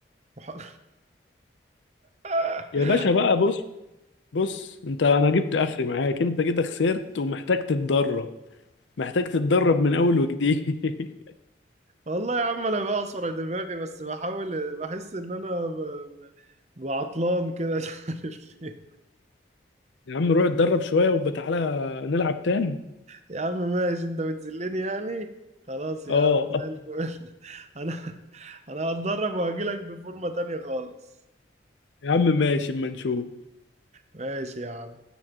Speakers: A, on the right; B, on the left.
A: مح... <laughs>
B: يا باشا بقى بص بص انت انا جبت اخري معاك انت كده خسرت ومحتاج تتدرب محتاج تتدرب من اول وجديد <laughs>
A: والله يا عم انا بعصر دماغي بس بحاول بحس ان انا ب... ب- بعطلان كده <laughs> مش عارف ليه
B: يا عم روح اتدرب شوية وبتعالى نلعب تاني
A: يا عم ماشي انت بتذلني يعني خلاص يا
B: اه
A: عم زي الفل <laughs> انا انا هتدرب وهجيلك بفورمة تانية خالص
B: يا عم ماشي اما نشوف
A: ماشي يا عم